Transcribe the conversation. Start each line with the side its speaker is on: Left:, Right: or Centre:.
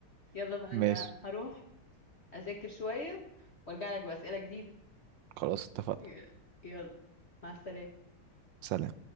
Left: يلا بقى
Right: ماشي
Left: انا هروح اذاكر شوية وارجع لك بأسئلة جديدة
Right: خلاص اتفقنا
Left: ي- يلا مع السلامة
Right: سلام